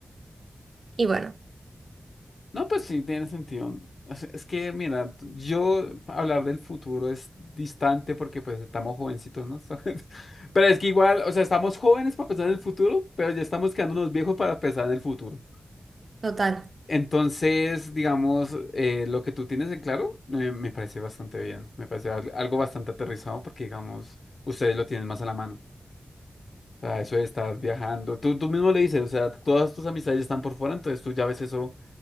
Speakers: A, on the right; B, on the left.
A: Y bueno,
B: No, pues sí, tiene sentido. O sea, Es que, mira, yo hablar del futuro es distante porque pues estamos jovencitos, ¿no? <laughs> Pero es que igual, o sea, estamos jóvenes para pensar en el futuro, pero ya estamos quedándonos viejos para pensar en el futuro.
A: total.
B: Entonces, digamos, eh, lo que tú tienes en claro, eh, me parece bastante bien, me parece al- algo bastante aterrizado porque, digamos, ustedes lo tienen más a la mano. O sea, eso de estar viajando, tú, tú mismo le dices, o sea, todas tus amistades están por fuera, entonces tú ya ves eso